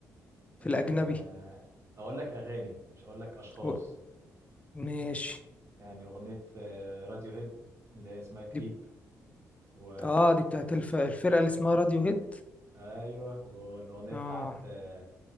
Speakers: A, on the left; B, on the right.
A: في
B: آه،
A: الاجنبي
B: اقول لك اغاني مش اقول لك اشخاص
A: و... ماشي
B: يعني اغنيه آه، راديو هيد اللي هي اسمها كريب
A: دي بت...
B: و
A: اه دي بتاعت الف... الفرقه اللي اسمها راديو هيد
B: ايوه والاغنيه
A: اه
B: بتاعت آه،